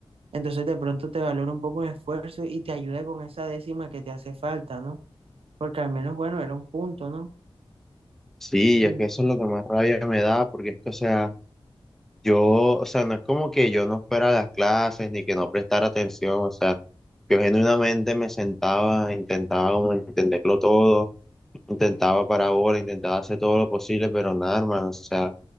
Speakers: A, on the right; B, in the centre.
A: entonces de pronto te valora un poco el esfuerzo y te ayuda con esa décima que te hace falta, ¿no? Porque al menos, bueno, era un punto, ¿no?
B: Sí,
A: Y,
B: es que eso es lo que más rabia me da, porque es que, o sea... Yo, o sea, no es como que yo no fuera a las clases ni que no prestara atención, o sea, yo genuinamente me sentaba, intentaba como entenderlo todo, intentaba parábola, intentaba hacer todo lo posible, pero nada, hermano, o sea,